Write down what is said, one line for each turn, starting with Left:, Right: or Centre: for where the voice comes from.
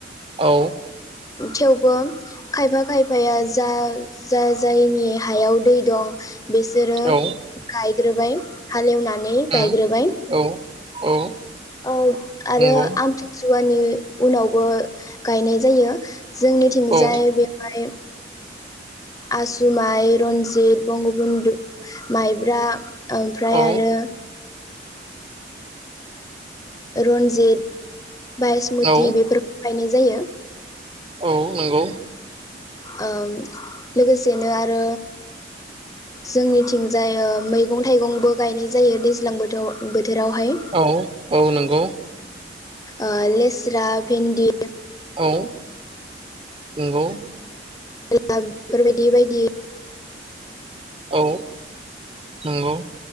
Right: औ
Left: थेवबो खायफा खायफाया जा जा जायनि हायाव दै दं बेसोर
Right: औ
Left: गाय बाय हालेवना
Right: उम
Left: गायग्रोबाय
Right: औ औ
Left: औ आरो
Right: नंगौ
Left: आमथि सुवानि उनावबो गायनाय जायो जोंनिथिंजाय
Right: औ
Left: बेवहाय आसुमाइ रनजि द बंगबुन्दु माइब्रा ओमफ्राय
Right: औ
Left: आरो रन्जित बायसमुति
Right: औ
Left: बेफोर गायनाय जायो
Right: औ नंगौ
Left: ओ लोगोसेनो आरो जोंनिथिंजाय ओ मैगं थाइगंबो गायनाय जायो दैज्लां बोथोर बोथ थोरावहाय
Right: औ औ नंगौ
Left: ओ लेस्रा भिन्दि
Right: औ नंगौ।
Left: बेफोरबायदि बायदि
Right: औ नंगौ